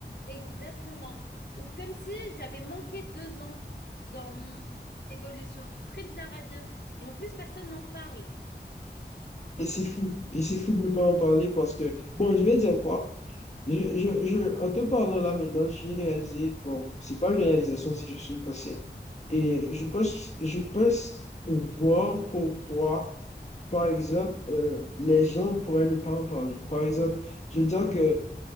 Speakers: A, on the left; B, on the left.
A: Exactement. Ou Comme si j'avais manqué deux ans dans mon dans mon évolution. C'est très bizarre à dire. Et en plus, personne n'en parle.
B: Et c'est fou. Et c'est fou de ne pas en parler parce que, bon, je vais dire quoi. Je, je, je, en te parlant là maintenant, j'ai réalisé, bon, c'est pas une réalisation, c'est juste une pensée. Et je pense, je pense voir pourquoi, par exemple, euh, les gens pourraient ne pas en parler. Par exemple, je veux dire que